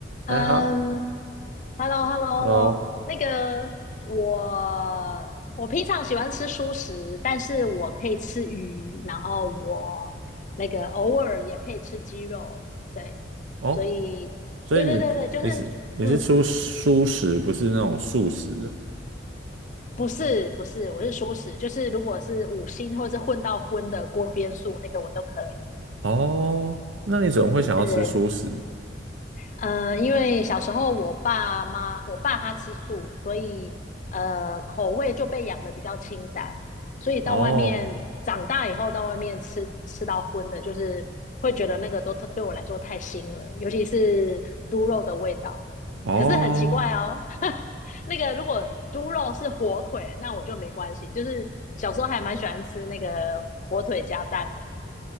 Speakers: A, on the left; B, on the right.
A: 嗯
B: 哎哈
A: ，hello，hello，hello，
B: ，Hello，
A: 那个我我平常喜欢吃蔬食，但是我可以吃鱼，然后我那个偶尔也可以吃鸡肉，对，
B: 哦，
A: 所以对对对对，
B: 所以你不你是你是吃素食，
A: 就是嗯，
B: 不是那种素食的
A: 不是不是，我是蔬食，就是如果是五星或是混到荤的锅边素，那个我都可以，
B: 哦？那你怎么会想要吃素食？
A: 对。嗯、呃因为小时候我爸妈，我爸他吃素，所以呃口味就被养的比较清淡，所以到外面长大以后到外面吃吃到荤的，
B: 哦
A: 就是会觉得那个都对我来说太腥了，尤其是猪肉的味道。
B: 哦
A: 可是很奇怪哦，<laughs> 那个如果猪肉是火腿，那我就没关系，就是小时候还蛮喜欢吃那个火腿加蛋